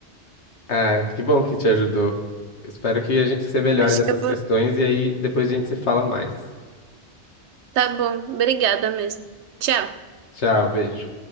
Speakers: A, on the left (about 85°); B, on the right (about 85°).
A: Ah, que bom que te ajudou. Espero que a gente que você melhore
B: Acho
A: nessas
B: que eu vou.
A: questões e aí depois a gente se fala mais.
B: Tá bom, obrigada mesmo. Tchau.
A: Tchau, beijo.